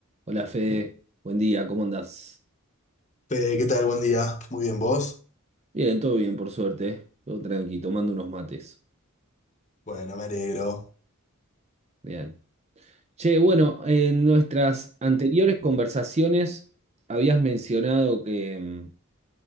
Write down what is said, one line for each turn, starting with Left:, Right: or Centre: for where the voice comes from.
Right: Hola Fede, buen día, ¿cómo andás?
Left: Fede, ¿qué tal? Buen día. Muy bien, ¿vos?
Right: Bien, todo bien, por suerte, ¿eh? todo tranqui, tomando unos mates.
Left: Bueno, me alegro.
Right: Bien. Che, bueno, en nuestras anteriores conversaciones habías mencionado que mm,